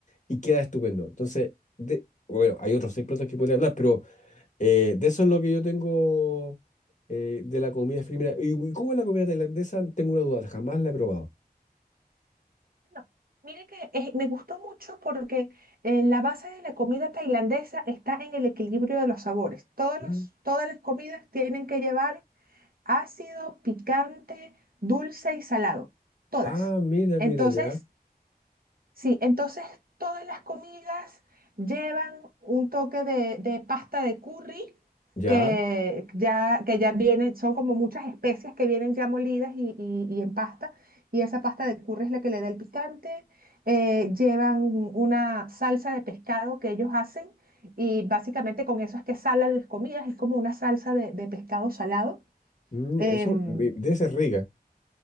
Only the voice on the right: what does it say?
No. Mire que eh, me gustó mucho porque eh, la base de la comida tailandesa está en el equilibrio de los sabores. Todos
los- todas las comidas tienen que llevar ácido, picante, dulce y salado. Todas.
Entonces,
Sí, entonces todas las comidas llevan un toque de, de pasta de curry
que ya, que ya viene, son como muchas especias que vienen ya molidas y, y- y en pasta, y esa pasta de curry es la que le da el picante. Eh, llevan una salsa de pescado que ellos hacen y básicamente con eso es que salan las comidas, es como una salsa de, de pescado salado.
Em,